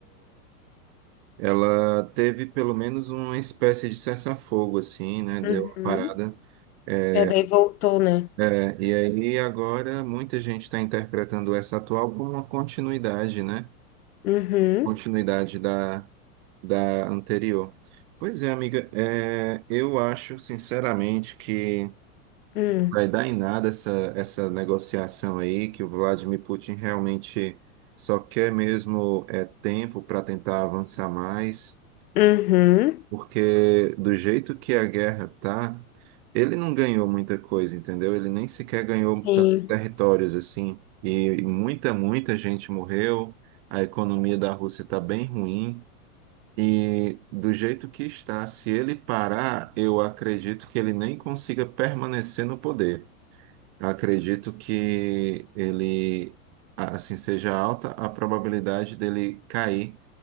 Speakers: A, on the right; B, on the left.
A: ela teve pelo menos uma espécie de cessar-fogo, assim, né? Deu
B: uhum.
A: uma parada. É,
B: É, daí voltou, né?
A: É, e aí agora muita gente está interpretando essa atual como uma continuidade, né?
B: Uhum,
A: Continuidade da, da anterior. Pois é, amiga, é, eu acho sinceramente que
B: uhum,
A: vai dar em nada essa, essa negociação aí, que o Vladimir Putin realmente só quer mesmo é, tempo para tentar avançar mais.
B: uhum.
A: Porque do jeito que a guerra tá, ele não ganhou muita coisa, entendeu? Ele nem sequer ganhou
B: Sim,
A: tantos territórios assim. E, e muita, muita gente morreu. A economia da Rússia está bem ruim. E do jeito que está, se ele parar, eu acredito que ele nem consiga permanecer no poder. Acredito que ele, assim, seja alta a probabilidade dele cair